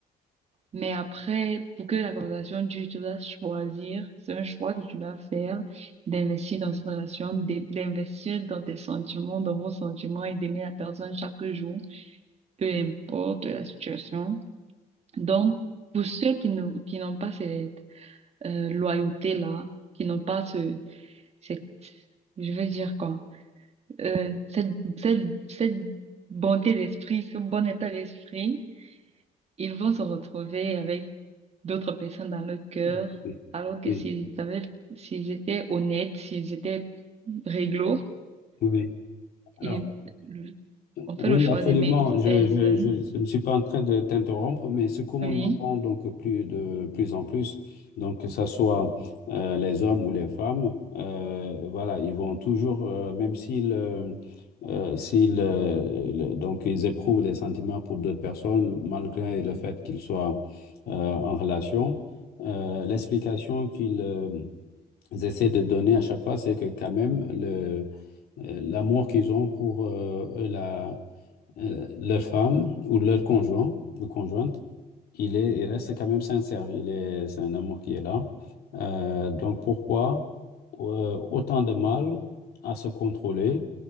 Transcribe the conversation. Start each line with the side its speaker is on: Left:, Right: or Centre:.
Right: Mais après, pour que la conversation dure, tu dois choisir, c'est un choix que tu dois faire d'investir dans cette relation, d'in- d'investir dans tes sentiments, dans vos sentiments et d'aimer la personne chaque jour, peu importe la situation. Donc, pour ceux qui ne- qui n'ont pas cette euh, loyauté-là, qui n'ont pas ce cette, je vais dire quoi, euh, cette, cette, cette bonté d'esprit, ce bon état d'esprit, ils vont se retrouver avec d'autres personnes dans leur cœur,
Left: Oui,
Right: alors que
Left: oui,
Right: s'ils avaient, s'ils étaient honnêtes, s'ils étaient réglo,
Left: oui. Alors,
Right: ils, le- on
Left: oui,
Right: fait le choix
Left: absolument.
Right: d'aimer une
Left: Je,
Right: personne.
Left: je, je, je ne suis pas en train de t'interrompre, mais ce qu'on
Right: Oui.
Left: entend donc plus de plus en plus, donc que ce soit euh, les hommes ou les femmes, euh, voilà, ils vont toujours, euh, même s'ils euh, euh, s'ils euh, le- donc ils éprouvent des sentiments pour d'autres personnes, malgré le fait qu'ils soient euh, en relation, euh, l'explication qu'ils euh, essaient de donner à chaque fois, c'est que quand même le euh, l'amour qu'ils ont pour euh, la, euh, leur femme ou leur conjoint ou conjointe, il est, il reste quand même sincère. Il est, c'est un amour qui est là. Euh, donc pourquoi euh, autant de mal à se contrôler